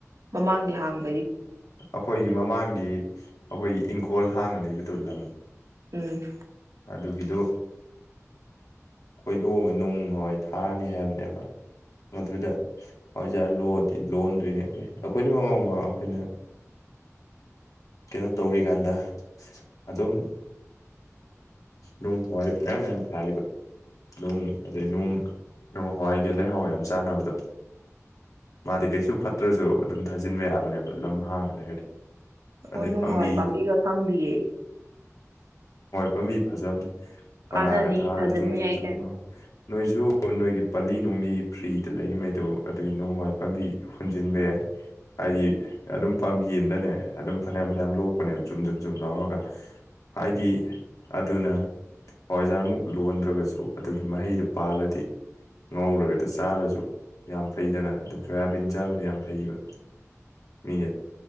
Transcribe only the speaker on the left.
ꯑꯩꯈꯣꯏꯒꯤ ꯃꯃꯥꯡꯒꯤ ꯒꯤ ꯑꯩꯈꯣꯏꯒꯤ ꯏꯪꯈꯣꯜ ꯍꯥꯡꯅ ꯂꯩꯕꯗꯣ ꯂꯝ
ꯑꯗꯨꯒꯤꯗꯣ ꯈꯣꯏꯗꯣꯛꯑꯒ ꯅꯨꯡꯋꯥꯏ ꯊꯥꯔꯅꯤ ꯍꯥꯏꯕꯅꯦꯕ ꯑꯗꯨꯗ ꯑꯣꯖꯥ ꯂꯗꯤ ꯂꯣꯟꯗꯣꯏꯅꯦ ꯑꯩꯈꯣꯏ ꯑꯩꯈꯣꯏꯗꯤ ꯃꯃꯥꯡ ꯃꯃꯥꯡ ꯑꯩꯈꯣꯏꯅ ꯀꯩꯅꯣ ꯇꯧꯔꯤꯀꯥꯟꯗ ꯑꯗꯨꯝ ꯅꯨꯡ ꯍꯋꯥꯏ ꯃꯌꯥꯝ ꯃꯌꯥꯝ ꯊꯥꯏꯕ ꯅꯨꯡ ꯑꯗꯩ ꯅꯨꯡ ꯅꯨꯡ ꯍꯋꯥꯏꯒ ꯂꯩꯍꯥꯎ ꯌꯥꯝ ꯆꯥꯅꯕꯗꯣ ꯃꯥꯗꯤ ꯀꯩꯁꯨ ꯐꯠꯇ꯭ꯔꯁꯨ ꯑꯗꯨꯝ ꯊꯥꯖꯤꯟꯕ ꯌꯥꯕꯅꯦꯕ ꯂꯝ ꯍꯥꯡꯉꯒ ꯂꯩꯔꯗꯤ
ꯑꯗꯩ
ꯄꯥꯝꯕꯤ
ꯐꯃꯤ ꯐꯖꯕꯅꯤ
ꯃꯅꯥꯒ ꯊꯥꯔ
ꯖꯨꯝ ꯖꯨꯝ
ꯂꯣ ꯅꯣꯏꯁꯨ ꯅꯣꯏꯒꯤ ꯄꯂꯤ ꯅꯣꯡꯂꯤ ꯐ꯭ꯔꯤꯗ ꯂꯩꯔꯤꯉꯩꯗꯣ ꯑꯗꯨꯒꯤ ꯅꯣꯡꯋꯥꯏ ꯄꯥꯝꯕꯤ ꯍꯨꯟꯖꯤꯟꯕ ꯌꯥꯏ ꯍꯥꯏꯗꯤ ꯑꯗꯨꯝ ꯄꯥꯝꯕꯤ ꯑꯃꯗꯅꯦ ꯑꯗꯨꯝ ꯐꯅꯌꯥꯝ ꯐꯅꯌꯥꯝ ꯂꯣꯛꯄꯅꯦꯕ ꯖꯨꯝ ꯖꯨꯝ ꯖꯨꯝ ꯂꯧꯔꯒ ꯍꯥꯏꯗꯤ ꯑꯗꯨꯅ ꯍꯣꯏꯖꯥꯔꯃꯨꯛ ꯂꯣꯟꯗ꯭ꯔꯒꯁꯨ ꯑꯗꯨꯒꯤ ꯃꯍꯩꯗꯨ ꯄꯥꯜꯂꯗꯤ ꯉꯧꯔꯒꯗ ꯆꯥꯔꯁꯨ ꯌꯥꯝ ꯐꯩꯗꯅ ꯑꯗꯨꯝ ꯁꯣꯌꯥꯕꯤꯟ ꯆꯥꯕꯗ ꯌꯥꯝ ꯐꯩꯕ ꯃꯤꯅ